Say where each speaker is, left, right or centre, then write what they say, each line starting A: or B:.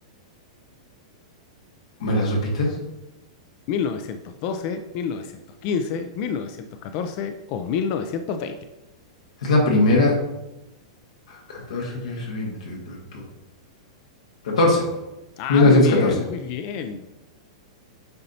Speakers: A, on the left; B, on the left.
A: ¿Me las repites?
B: novecientos veinte? doce, quince, mil novecientos catorce o 1920.
A: Es la primera. ¿Catorce quince veinte 15, 14.
B: Ah,
A: Mil novecientos
B: muy bien,
A: catorce.
B: muy bien.